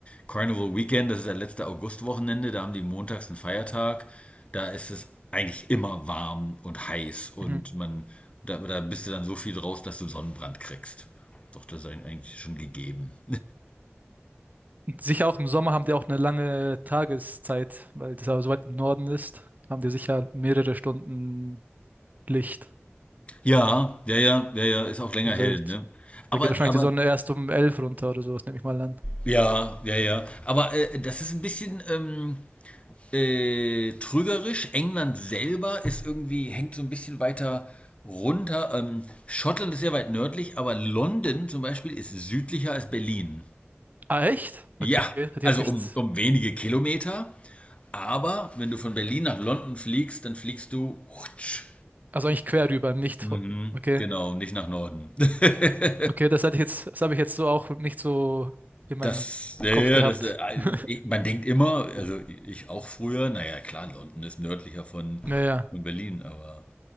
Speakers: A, on the left; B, on the right.
A: Carnival Weekend, das ist das letzte Augustwochenende, da haben die montags einen Feiertag. Da ist es eigentlich immer warm und heiß und
B: Mhm.
A: man, da, da bist du dann so viel draus, dass du Sonnenbrand kriegst. Doch, das ist eigentlich schon gegeben.
B: Sicher auch im Sommer haben die auch eine lange Tageszeit, weil das aber so weit im Norden ist, haben die sicher mehrere Stunden Licht.
A: Ja, ja, ja, ja, ja, ist auch länger
B: Also
A: hell,
B: das,
A: ne? Aber,
B: da geht wahrscheinlich
A: aber,
B: die Sonne erst um elf runter oder sowas, nehme ich mal an.
A: ja, ja, ja. Aber äh, das ist ein bisschen ähm, äh, trügerisch. England selber ist irgendwie, hängt so ein bisschen weiter runter. Ähm, Schottland ist sehr weit nördlich, aber London zum Beispiel ist südlicher als Berlin.
B: Ah, echt? Okay,
A: Ja,
B: hätte
A: also
B: jetzt nicht,
A: um, um wenige Kilometer. Aber wenn du von Berlin nach London fliegst, dann fliegst du. Hutsch.
B: also eigentlich quer rüber, nicht,
A: Mhm,
B: ho- okay.
A: genau, nicht nach Norden. <laughs>
B: Okay, das hatte ich jetzt, das habe ich jetzt so auch nicht so in meinem
A: Das, ja,
B: Kopf
A: ja,
B: gehabt.
A: ja, das, äh,
B: <laughs>
A: ich- man denkt immer, also ich auch früher, naja, klar, London ist nördlicher von,
B: Naja,
A: von Berlin, aber.